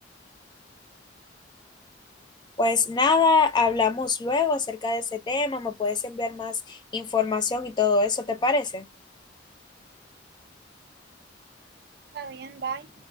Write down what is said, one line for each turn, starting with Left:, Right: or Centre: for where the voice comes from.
Left: Pues nada, hablamos luego acerca de ese tema, me puedes enviar más información y todo eso, ¿te parece?
Right: Está bien, bye.